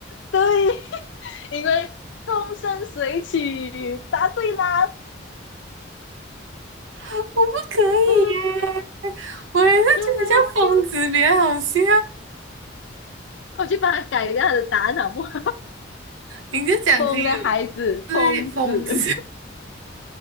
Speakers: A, on the left; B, on the right.
A: 对，<laughs> 因为风生水起，答对啦，
B: <laughs> 我不可以耶，
A: <laughs> 嗯，
B: 我还是觉得叫疯子比较好笑。
A: 很好笑，我去帮他改一下他的答案好不好？
B: 你就讲可以了
A: <laughs> 风的孩子，
B: 对，
A: 疯子，
B: 疯子。